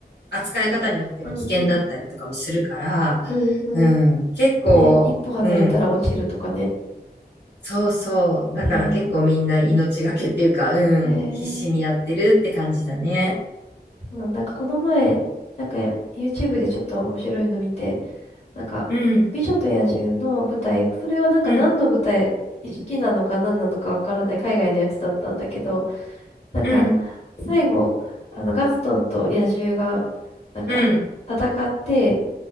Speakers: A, on the left (about 80°); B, on the left (about 40°).
A: 扱い方によっては危険だったりとかもするから、
B: うんうん。うんうん。
A: うん、結構、
B: ね、一歩外れたら落ちるとかね。
A: うん、そうそう。だから結構みんな命がけっていうか、
B: ね
A: うん、
B: え。えー、
A: 必死にやってるって感じだね。
B: そうなんだなんかこの前、なんか YouTube でちょっと面白いの見て、なんか、
A: うん、
B: 美女と野獣の舞台、それはなんか何の舞台、
A: うん、
B: 意識なのか何なのかわからない海外のやつだったんだけど、なんか、
A: うん、
B: 最後、あの、ガストンと野獣が、なんか、
A: うん、
B: 戦って、